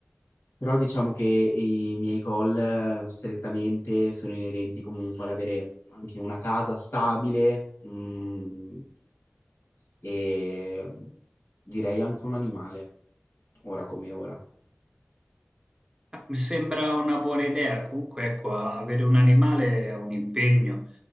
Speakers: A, on the left; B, on the right.
A: Però diciamo che i miei goal eh, strettamente sono inerenti comunque all'avere anche una casa stabile, mm, e mm, direi anche un animale, ora come ora.
B: Mi sembra una buona idea, comunque ecco, a- avere un animale è un impegno